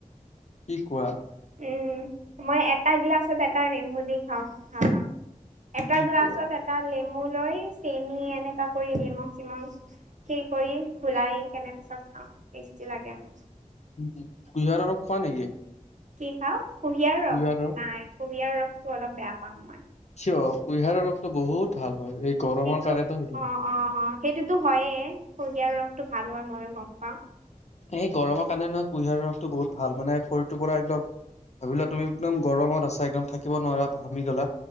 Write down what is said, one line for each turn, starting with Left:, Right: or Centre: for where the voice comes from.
Left: কি কোৱা
Right: উম মই এটা গিলাছত এটা ৰিম বুলি খাওঁ ভ পা এটা
Left: কি
Right: গ্লাছত
Left: কোৱা
Right: এটা লেমু লৈ চেনি এনেকা কৰি নিমখ চিমখ হে কৰি ঘুলাই কেনে পিছত খাওঁ টেষ্টি লাগে আম
Left: উ কুহিয়াৰ ৰ খোৱা নেকি
Right: কি খাও কুঁহিয়াৰ
Left: কুঁহিয়াৰৰ
Right: ৰস নাই কুঁহিয়াৰ ৰসটো অলপ বেয়া পাম মই
Left: চিয় কুইহাৰৰ ৰোগটো বহুত ভাল হয় এই গৰমৰ
Right: সেইটো
Left: কাৰণেতো সেইটো
Right: অঁ অঁ অঁ সেইটোতো হয়েই কুঁহিয়াৰ ৰসটো ভাল হয় ময়ো গম পাওঁ
Left: এই গৰমৰ কাৰণে নহয় কুঁহিয়াৰ ৰসটো বহুত ভাল, মানে শৰীৰটোৰ পৰা একদম ভাবিলা তুমি একদম গৰমত আছা একদম থাকিব নোৱাৰা ঘামি গ'লা,